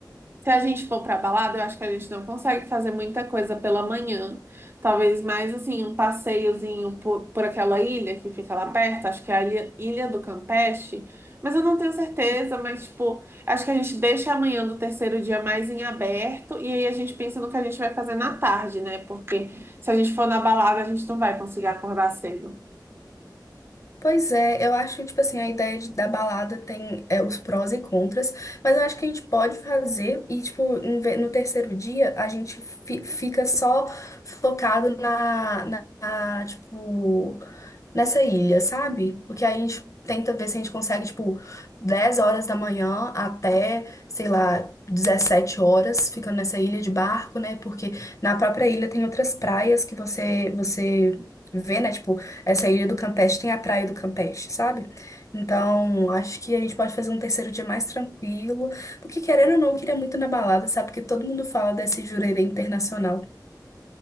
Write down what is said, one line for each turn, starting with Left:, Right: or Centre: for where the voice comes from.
Right: Se a gente for pra balada, eu acho que a gente não consegue fazer muita coisa pela manhã. Talvez mais assim, um passeiozinho por, por aquela ilha que fica lá perto, acho que é a Ilha, Ilha do Campeche, mas eu não tenho certeza, mas tipo, acho que a gente deixa amanhã do terceiro dia mais em aberto e aí a gente pensa no que a gente vai fazer na tarde, né? Porque se a gente for na balada, a gente não vai conseguir acordar cedo.
Left: Pois é, eu acho, tipo assim, a ideia de, da balada tem é, os prós e contras, mas eu acho que a gente pode fazer e, tipo, em ve- no terceiro dia a gente fi- fica só focado na, na, na, tipo, nessa ilha, sabe? Porque aí a gente tenta ver se a gente consegue, tipo, 10 horas da manhã até, sei lá, 17 horas, ficando nessa ilha de barco, né? Porque na própria ilha tem outras praias que você, você vê, né? Tipo, essa ilha do Campeche tem a praia do Campeche, sabe? Então, acho que a gente pode fazer um terceiro dia mais tranquilo. Porque querendo ou não, eu queria muito ir na balada, sabe? Porque todo mundo fala desse jurerê internacional.